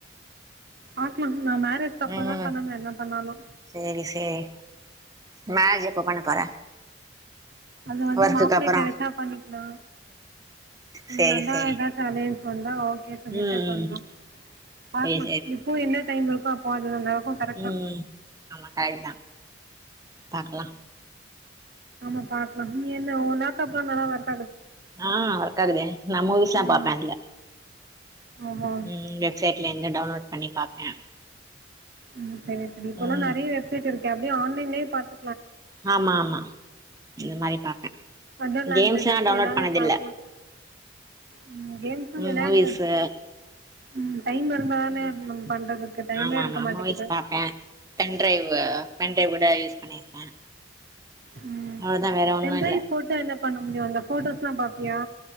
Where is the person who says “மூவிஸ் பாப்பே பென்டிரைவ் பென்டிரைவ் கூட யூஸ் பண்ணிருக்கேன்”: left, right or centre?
Right